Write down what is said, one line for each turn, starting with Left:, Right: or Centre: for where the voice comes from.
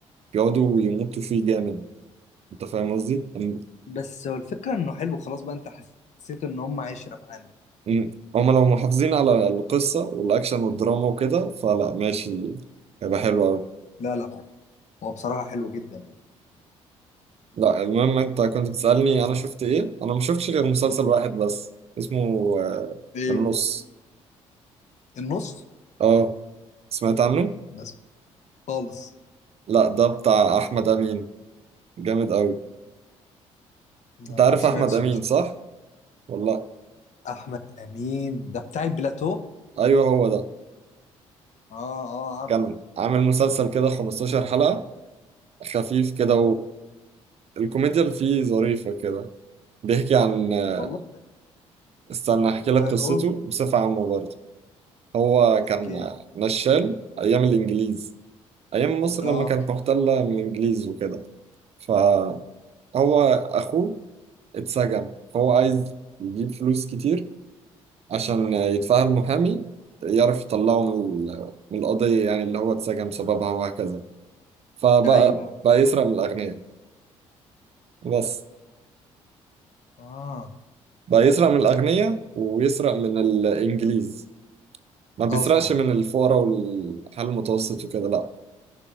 Right: بيقعدوا يمطوا فيه جامد انت فاهم قصدي؟ ام-
Left: بس هو الفكره انه حلو خلاص بقى انت حسيت ان هم عشره معانا
Right: ام- هما لو محافظين على القصة والاكشن والدراما وكده فلا ماشي هيبقى حلو قوي
Left: لا لا هو بصراحه حلو جدا يعني
Right: لا المهم انت كنت بتسألني انا شفت ايه؟ انا ما شفتش غير مسلسل واحد بس اسمه آه،
Left: ايه
Right: النص
Left: النص
Right: اه سمعت عنه؟
Left: بس خالص
Right: لا ده بتاع احمد امين جامد قوي
Left: لا
Right: انت عارف
Left: ما سمعتش
Right: احمد امين
Left: بيه خالص.
Right: صح؟ ولا لأ؟
Left: احمد امين ده بتاع البلاتو
Right: ايوه هو ده
Left: اه اه عارف
Right: كان عامل مسلسل كده 15 حلقة خفيف كده والكوميديا اللي فيه ظريفة كده بيحكي عن آه،
Left: والله
Right: استنى احكي لك
Left: ما
Right: قصته
Left: قلت
Right: بصفة عامة برضه هو
Left: احكي
Right: كان
Left: لي
Right: نشال ايام الانجليز ايام مصر
Left: اه
Right: لما كانت محتلة من الانجليز وكده فهو اخوه اتسجن فهو عايز يجيب فلوس كتير عشان يتفهم محامي يعرف يطلعه من ال- من القضية يعني اللي هو اتسجن بسببها وهكذا فبقى
Left: ايوه
Right: بقى يسرق من الأغنياء بس
Left: اه
Right: بقى يسرق من الأغنياء ويسرق من الإنجليز ما بيسرقش
Left: اصلا
Right: من الفقراء والحال المتوسط وكده لا